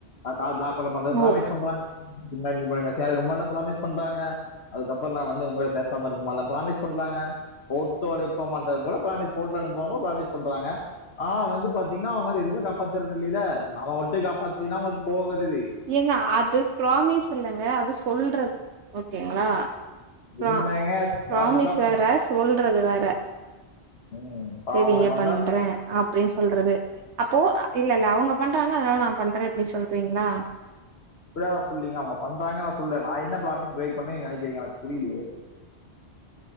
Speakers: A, on the left; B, on the right.
A: கால் பிளாக் பண்ண மாட்டே
B: ஓ
A: ப்ராமிஸ் பண்றாங்க சும்மா இருங்க பாய் ம சேலம் ரொம்பலா ப்ராமிஸ் பண்றாங்க அதுக்கப்பறோ நா வந்து ஓங்கூட பேசாம இருக்கமாட்டே ப்ராமிஸ் பண்றாங்க ஃபோட்டோ அனுப்ப மாட்டேன் கூட ப்ராமிஸ் ஃபோட்டோ அனுப்புவாங்க பிராமிஸ் பண்றாங்க ஆனா வந்து பாத் தீங்னா அவுங்க எதுமே காப்பாத்றது இல்லேல நாம மட்டு காப்பாத்துலீனா அவுங்களுக்கு கோவருது
B: ஏங்க அது ப்ராமிஸ் இல்லங்க அது சொல்ற ஓகேங்களா ப்ரா
A: என்னங்க ப்ராமிஸா
B: ப்ராமிஸ்
A: பண்
B: வேற சொல்றது வேற
A: ம். இப்ப
B: சேரிங்க
A: அவங்களுக்கு வந்தா
B: பண்றே அப்டின் சொல்றது அப்போ இல்ல இல்ல அவுங்க பண்றாங்க அதுனால நா பண்றே அப்டின் சொல்றீங்களா
A: அப்பில்லா நெனப்பில்லங்க அவுங்க பண்றாங்க நா சொல்லல நா என்ன பிராமிஸ் பிரேக் பண்ணேன் நீங்க நெனைக்கிறீங்க எனக்கு புரீலயே